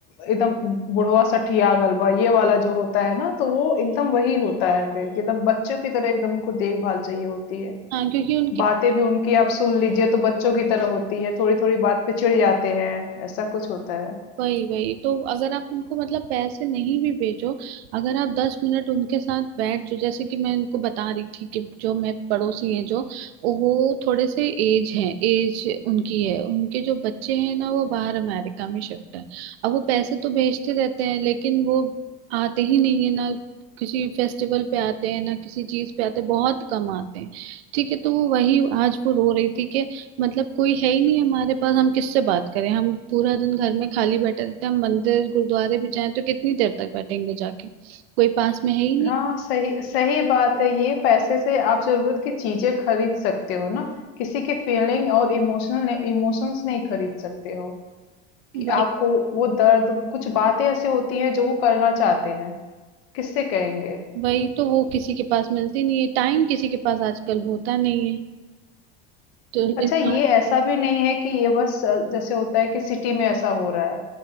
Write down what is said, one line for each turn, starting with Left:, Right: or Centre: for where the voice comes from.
Left: एकदम बुढ़वा सठिया गलबा ये वाला जो होता है ना, तो वो एकदम वही होता है फिर कि एकदम बच्चों की तरह एकदम उनको देखभाल चाहिए होती है।
Right: हाँ क्योंकि उनके
Left: बातें भी उनकी आप सुन लीजिए तो बच्चों की तरह होती है थोड़ी थोड़ी बात पे चिढ़ जाते हैं ऐसा कुछ होता है
Right: वही वही तो अगर आप उनको मतलब पैसे नहीं भी भेजो अगर आप दस मिनट उनके साथ बैठ जो जैसे कि मैं उनको बता रही थी कि जो मैं पड़ोसी हैं जो वो थोड़े से एज है एज उनकी है उनके जो बच्चे हैं ना वो बाहर अमेरिका में शिफ्ट है अब वो पैसे तो भेजते रहते हैं लेकिन वो आते ही नहीं है ना किसी फेस्टिवल पे आते हैं ना किसी चीज पे आते हैं बहुत कम आते हैं ठीक है तो वो वही आज वो रो रही थी कि मतलब कोई है ही नहीं हमारे पास हम किससे बात करें हम पूरा दिन घर में खाली बैठे रहते हैं हम मंदिर गुरुद्वारे भी जाएं तो कितनी देर तक बैठेंगे जाके कोई पास में है ही नहीं
Left: हाँ सही सही बात है ये पैसे से आप जरूरत की चीजें खरीद सकते हो ना किसी की फीलिंग और इमोशनल इमोशंस नहीं खरीद सकते हो कि
Right: वही
Left: आपको वो दर्द कुछ बातें ऐसे होती हैं जो वो करना चाहते हैं किससे कहेंगे
Right: वही तो वो किसी के पास मिलती नहीं है टाइम किसी के पास आजकल होता नहीं है तो
Left: अच्छा
Right: इंसान
Left: ये ऐसा भी नहीं है कि ये बस अ, जैसे होता है कि सिटी में ऐसा हो रहा है